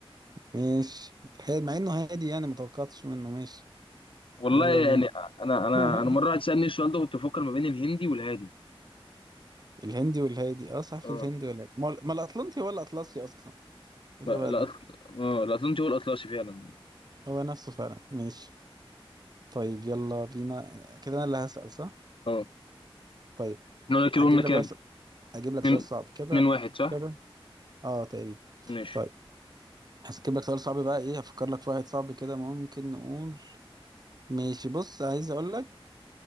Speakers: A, on the right; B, on the left.
A: ماشي ح- مع انه هادي يعني ما توقعتش منه ماشي
B: والله
A: يلا بينا
B: يعني انا انا
A: <laughs>
B: انا مره واحد سالني السؤال ده كنت بفكر ما بين الهندي والهادي
A: الهندي والهادي اه صح في
B: اه
A: الهندي ولا ما ما الاطلنطي هو الاطلسي اصلا إيه
B: لا
A: الغباء
B: لا
A: ده
B: أصل... اه لا أظن هو الأطلسي فعلا
A: هو نفسه فعلا ماشي طيب يلا بينا كده انا اللي هسأل صح
B: اه
A: طيب
B: احنا قلنا كده
A: هجيب
B: قلنا كام؟
A: لك بقى س- هجيب
B: اتنين
A: لك سؤال صعب كده
B: اتنين واحد صح؟
A: كده اه تقريبا
B: ماشي
A: طيب هجيب لك سؤال صعب بقى ايه هفكر لك في واحد صعب كده ممكن نقول ماشي بص عايز اقول لك